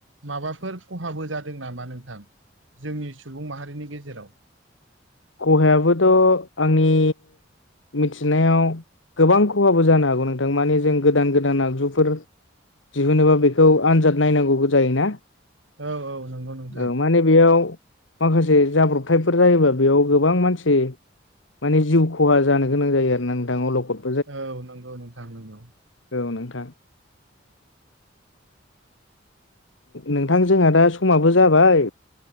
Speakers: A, on the right (about 80°); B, on the left (about 85°).
A: माबाफोर खहाबो जादों नामा नोंथां जोंनि सुबुं माहारिनि गेजेराव
B: खहायाबोथ' आंनि मिथिनायाव गोबां खहाबो जानो हागौ नोंथां माने जों गोदान गोदान आगजुफोर दिहुनबा बेखौ आनजाद नायनांगौ जायोना।
A: औ औ नंगौ नोंथां।
B: ओ माने बेयाव माखासे जाब्रबथायफोर जायोबा बेयाव गोबां मानसि माने जिउ खहा जानो गोनां जायो आरो ना नोंथां लखब
A: औ नंगौ नोंथां नंगौ।
B: औ नोंथां। नोंथां जोंहा दा समाबो जाबाय